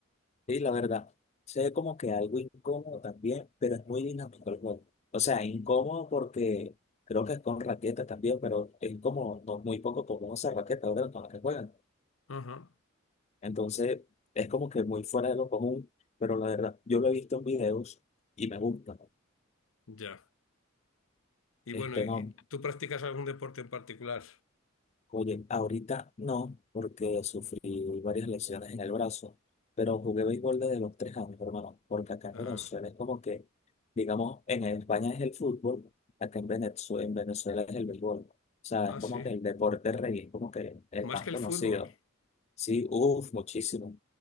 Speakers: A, on the left; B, on the left.
A: sí, la verdad. Sé como que algo incómodo también, pero es muy dinámico el juego. O sea, incómodo porque creo que es con raqueta también, pero es como no, muy poco común esa raqueta, ¿verdad? Con la que juegan.
B: Ajá,
A: Entonces, es como que muy fuera de lo común, pero la verdad, yo lo he visto en videos y me gusta.
B: ya. Y
A: Este,
B: bueno, ¿y
A: no.
B: y tú practicas algún deporte en particular?
A: Jugué, ahorita no, porque sufrí varias lesiones en el brazo, pero jugué béisbol desde los tres años, hermano, porque acá en
B: Ah,
A: Venezuela es como que, digamos, en España es el fútbol, acá en Venezuela, en Venezuela es el béisbol. O sea,
B: ah,
A: es
B: sí.
A: como que el deporte rey, es como que el
B: Más
A: más
B: que el
A: conocido.
B: fútbol.
A: Sí, uff, muchísimo,